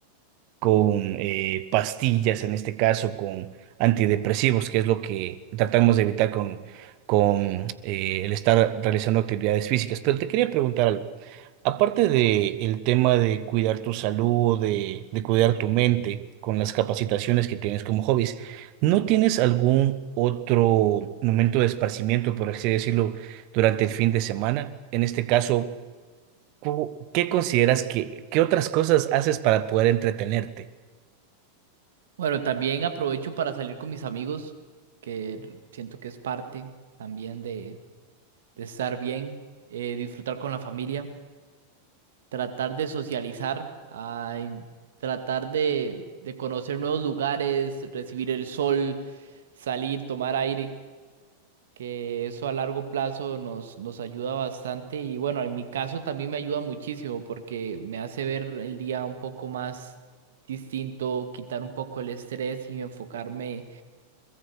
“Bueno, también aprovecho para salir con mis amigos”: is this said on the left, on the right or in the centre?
Right